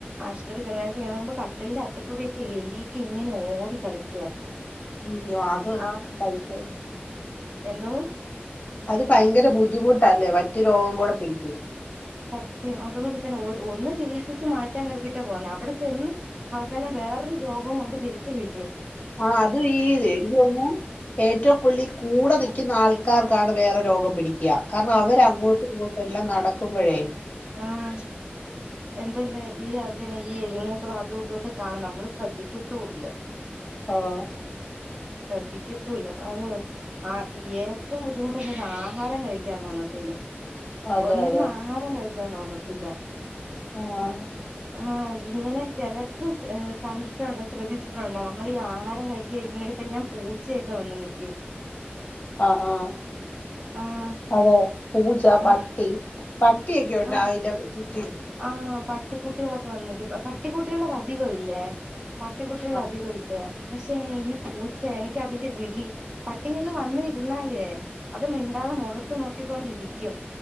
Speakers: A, on the right; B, on the left.
A: ആശൂത്രി കെടന്നനേരത്ത് ഞാന്നോക്കുമ്പോ കട്ടിലിന്റെ അറ്റത്തൂടിയൊക്കെ എലിക്കെ ഇങ്ങനെ ഓടി കളിക്കുവാ
B: അയ്യോ അത്
A: ആഹ്
B: ഭയങ്ക
A: എന്തോ
B: അത് ഭയങ്കര ബുദ്ധിമുട്ട് തല്ലേ വറ്റു രോഗം കൂടെ പിടിക്കും
A: ത്യം അതുപോലെ തന്നെ ഒര ഒന്ന് ചികിത്സിച്ച് മാറ്റാൻ കരുതിയിട്ടാ പോന്നെ അവിടെ ചെന്ന് അവസാനം വേറൊരു രോഗം കൊണ്ട് തിരിച്ച് വീ
B: ആ അതു ഈ എനിക്ക് തോന്നുന്നു ഏറ്റവും കുള്ളി കൂടെ നിക്കുന്ന ആൾക്കാർക്കാണ് വേറെ രോഗം പിടിക്ക്യാ കാരണം അവരങ്ങോട്ടും ഇങ്ങോട്ടും എല്ലാം നടക്കും മ്പഴേ
A: ആഹ്എന്ത്ല്ല ഈ അതിന് ഈ എലിമൂ ത്ര അതുഇതോക്കെ കാണും നമ്മള് ശ്രദ്ധിക്കത്തൂല്ല
B: ആഹ്
A: പ്രത്തിക്കത്തുല്ലാ <unintelligible> അത് ആ തിഏറ്റം ബുദ്ധിമു ട്ട് ആഹാരം കഴിക്കാൻ തോന്നാത്തില്ല
B: അതെ
A: ഒന്നിരുന്ന്
B: അതെ
A: ആഹാരം കഴി ക്കാൻ തോന്നത്തില്ല
B: ആഹ്
A: ആഹ് ഇങ്ങനെ ചെലട്ത്ത് കണ്ട് <unintelligible> ശ്രദ്ധിച്ചിട്ടുണ്ടൊ നമ്മളീ ആഹാരം കഴിക്ക്യാ ഇരിക്കുണോട്ത്ത് എല്ലാം പൂച്ചയൊക്കെ വന്ന് നിക്കും
B: ആഹ് ആഹ്
A: ആഹ്
B: അതെ പൂച്ച പട്ടി
A: ആഹ്
B: പട്ടിയെക്കെ ഉണ്ട്
A: ആഹ്
B: അയിന്റെ <unintelligible>
A: ആഹ് പട്ടിക്കുട്ടികളൊക്കെ വന്ന് നിക്കും പട്ടിക്കുട്ടികളടെ ധികവില്ലേ പട്ടി കുട്ടികൾ
B: ആ
A: അധിക ഇല്ല പക്ഷെ ഈ പൂച്ച എനിക്കതിന്റെ വിളി പട്ടികള് വന്നിരുന്നാലുവെ അത് മിണ്ടാതെ മുഖത്ത് നോക്കിക്കൊണ്ടിരിക്കും